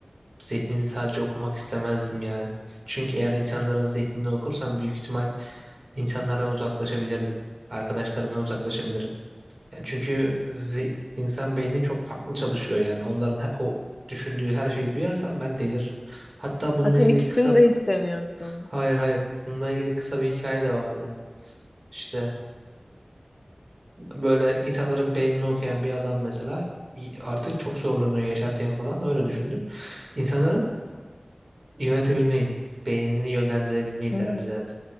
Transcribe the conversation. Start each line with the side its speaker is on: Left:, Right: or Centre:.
Right: zihnini sadece okumak istemezdim yani. Çünkü eğer insanların zihnini okursam büyük ihtimal insanlardan uzaklaşabilirdim. Arkadaşlarından uzaklaşabilirim. Yani çünkü zi- insan beyni çok farklı çalışıyor yani. Onların he- o düşündüğü her şeyi duyarsam ben deliririm. Hatta bununla
Left: Ha, sen
Right: ilgili
Left: ikisini
Right: kısa
Left: de istemiyorsun.
Right: hayır hayır bununla ilgili kısa bir hikaye de vardı. İşte böyle insanların beynini okuyan bir adam mesela y- artık çok zorlanıyor yaşarken falan öyle düşündüm. İnsanların Yönetebilmeyi, beynini yönlendirebilmeyi
Left: Hı
Right: tercih
Left: hı.
Right: ederdim.